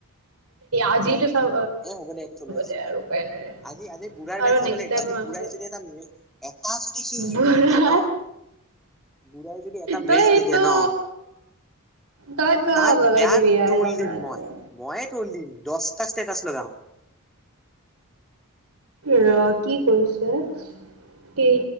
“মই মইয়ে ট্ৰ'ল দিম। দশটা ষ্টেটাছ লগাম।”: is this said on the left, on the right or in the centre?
Centre